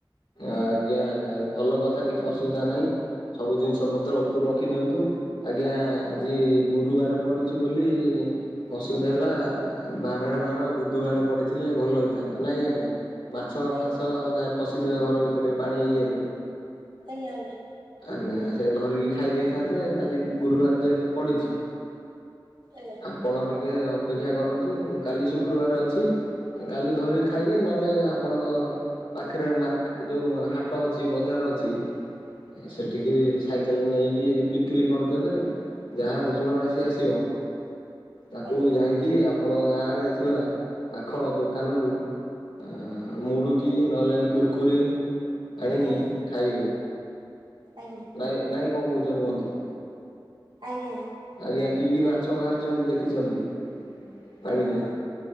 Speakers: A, on the left; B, on the right.
A: ଆଜ୍ଞା ଆଜ୍ଞା ଭଲ କଥା କିଛି ଅସୁବିଧା ନାହିଁ। ସବୁ ଜିନିଷ ପତ୍ର ଉପରୁ ରଖି ଦିଅନ୍ତୁ ଆଜ୍ଞା ଆଜି ଗୁରୁବାର ପଡୁଛି ବୋଲି ଅସୁବିଧା ହେଲା ବାରରେ ବାର ବୁଧବାର ପଢିଥିଲେ ଭଲ ହେଇଥାନ୍ତା ନାଇଁ ଆଜ୍ଞା? ମାଛ
B: ଆଜ୍ଞା
A: ଫାସ ଯାଏ ପଶିଥିବେ ଘର ଭିତରେ ପାଣି ଇଏରେ
B: ଆଜ୍ଞା ଆଜ୍ଞା।
A: ଆଜ୍ଞା ସେ ଧରିକି ଖାଇ ଦେଇଥାନ୍ତେ ଆଜି ଗୁରୁବାର ଯେହେତୁ ପଡିଛି
B: ଆଜ୍ଞା।
A: ଆପଣ ଟିକେ ଅପେକ୍ଷା କରନ୍ତୁ କାଲି ଶୁକ୍ରବାର ଅଛି। କାଲି ଧରିକି ଖାଇବେ ନହେଲେ ଆପଣଙ୍କ ଏଥିରେ ମାର୍କେ ଯୋଉ ହାଟ ଅଛି ବଜାର ଅଛି ସେଠିକି ଶା ସାଇକେଲ୍ ନେଇକି ବିକ୍ରି କରିଦେବେ। ଯାହା ଧନ ରାଶି ଆସିବ ତାକୁ
B: ଆଜ୍ଞା
A: ଯାଇକି କି ଆପଣଙ୍କ ଗାଁରେ ଥିବା ପାଖ ଦୋକାନରୁ ଆ ମୁଡୁକି ନହେଲେ କୁୁରକୁରି ଆଣିକି
B: ଆଜ୍ଞା
A: ଖାଇବେ।
B: ଆଜ୍ଞା।
A: ନାଇଁ, ନାହିଁ କଣ କହୁଛନ୍ତି ବନ୍ଧୁ?
B: ଆଜ୍ଞା।
A: ଆଜ୍ଞା। କି କି ମାଛ ବାହାରିଛନ୍ତି ଦେଖିଛନ୍ତି,
B: ହଁ
A: ପାଣିରେ?